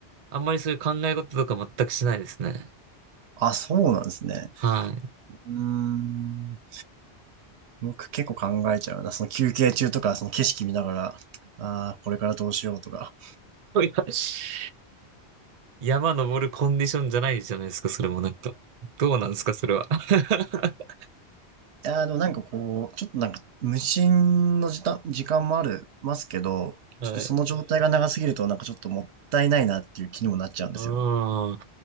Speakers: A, on the right; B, on the right.
A: あんまりそういう考え事とか全くしないですね。
B: あ、そうなんですね。
A: はい。
B: うーん。僕結構考えちゃうな。その休憩中とか、その景色見ながら、ああ、これからどうしようとか。
A: <laughs> いや山登るコンディションじゃないじゃないですか、それもなんか。どうなんですか、それは。<laughs>
B: いやー、でもなんかこう、ちょっとなんか無心の時間、時間もある、ますけど、
A: はい。
B: ちょっとその状態が長すぎるとなんかちょっともったいないなっていう気にもなっちゃうんですよ。
A: ああ、